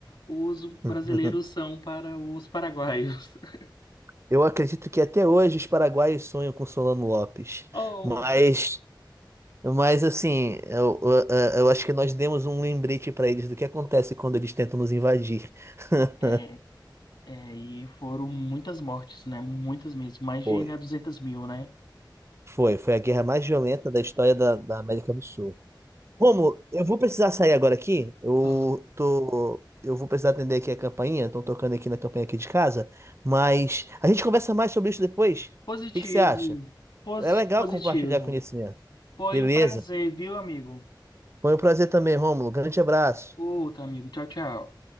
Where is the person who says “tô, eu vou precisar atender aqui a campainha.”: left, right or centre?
Right